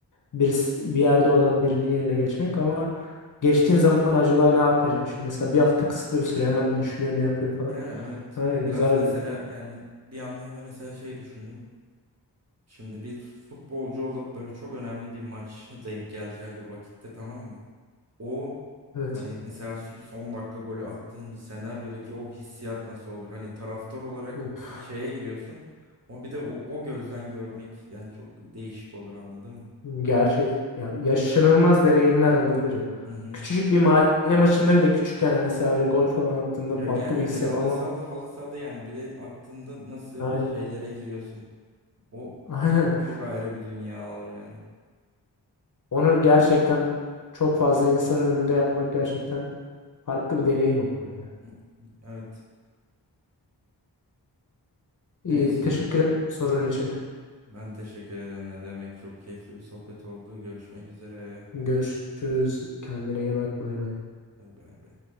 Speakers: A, on the left (about 45°); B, on the right (about 35°).
A: birisi, bir yerde olan birinin yerine geçmek ama geçtiğin zaman acaba ne yapacağım şimdi? Mesela bir hafta kısıtlı bir süre hemen düşünüyor ne yapayım falan.
B: Yani evet.
A: Aynen
B: Biraz
A: güzel
B: mesela
A: bir.
B: yani bir yandan da mesela şey düşündüm. Şimdi bir futbolcu olup böyle çok önemli bir maç <laughs> denk geleceği bir vakitte tamam mı? O
A: Evet.
B: hani mesela si, son dakika golü attığın bir senaryodaki o hissiyat nasıl olur? Hani taraftar olarak
A: Of,
B: bir şeye giriyorsun. O bir de o, o gözden görmek yani çok değişik olur anladın mı?
A: gerçek. Ya yaşanılmaz deneyimler olabilir ya.
B: Hı hı.
A: Küçücük bir mahalle maçında bile küçükken mesela öyle gol falan attığında
B: Ya
A: farklı
B: gene
A: bir hissiyat
B: de halı
A: ama
B: sahada halı sahada yani bile attığında nasıl
A: aynen.
B: şeylere giriyorsun? O
A: Aynen.
B: çok ayrı bir dünya olur yani.
A: Onu gerçekten çok fazla insanın önünde yapmak gerçekten farklı bir deneyim olurdu ya.
B: Hı, Evet.
A: İyi,
B: Neyse
A: teşekkür ederim sorun için.
B: Ben teşekkür ederim. Ne demek? Çok keyifli bir sohbet oldu. Görüşmek üzere.
A: Görüşürüz. Kendine iyi bak. Bay bay.
B: Hadi bay bay.